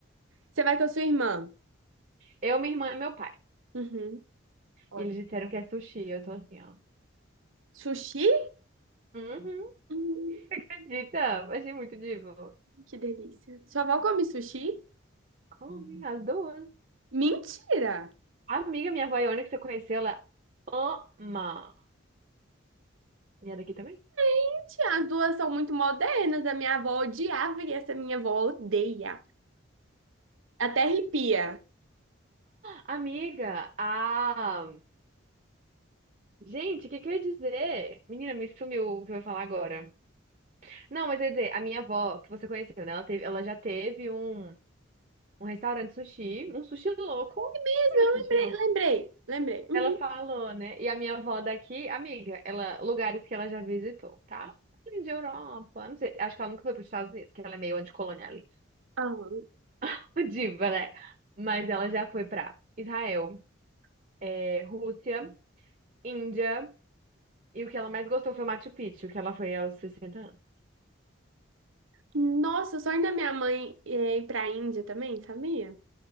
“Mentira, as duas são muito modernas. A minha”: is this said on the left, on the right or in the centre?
Right